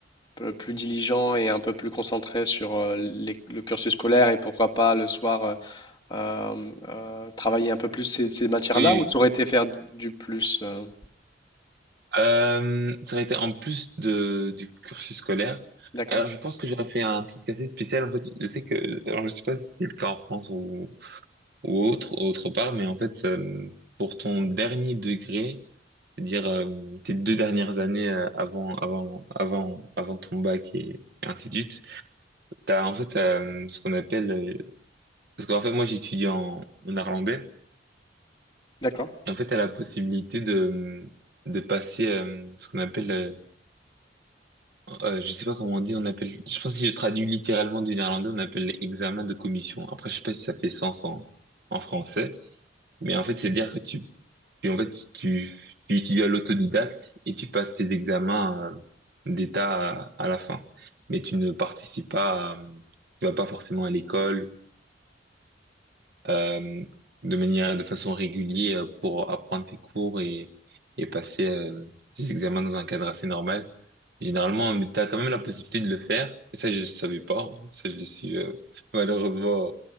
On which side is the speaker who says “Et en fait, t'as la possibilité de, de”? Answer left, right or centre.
Right